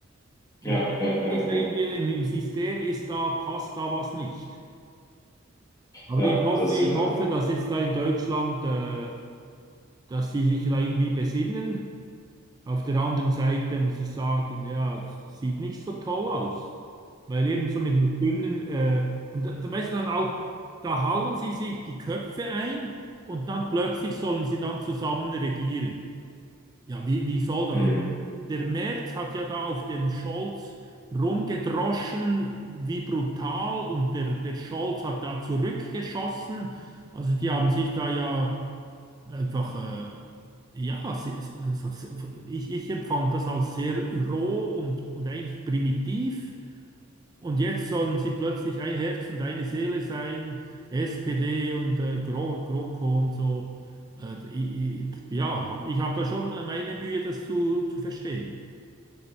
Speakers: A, on the right; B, on the left.
A: Und
B: ja,
A: irgendwie
B: ja, ja,
A: sehen
B: ja.
A: wir im, im System ist da, passt da was nicht. Aber
B: Ja,
A: ich hoffe,
B: das
A: ich
B: sehe ich
A: hoffe,
B: auch.
A: dass jetzt da in Deutschland, äh, dass sie sich da irgendwie besinnen. Auf der anderen Seite muss ich sagen, ja, es sieht nicht so toll aus, weil eben so mit einer dünnen, äh, und da, da weißt du dann auch, da hauen sie sich die Köpfe ein und dann plötzlich sollen sie dann zusammen regieren. Ja, wie, wie soll das?
B: Mhm.
A: Also, der Merz hat ja da auf dem Scholz rumgedroschen, wie brutal, und der, der Scholz hat da zurückgeschossen. Also die haben sich da ja einfach, äh, ja, se- se- also se- ich, ich empfand das als sehr roh und, und eigentlich primitiv. Und jetzt sollen sie plötzlich ein Herz und eine Seele sein, SPD und äh, Gro GroKo und so. Äh, i- i- ja, ich habe da schon meine Mühe, das zu, zu verstehen.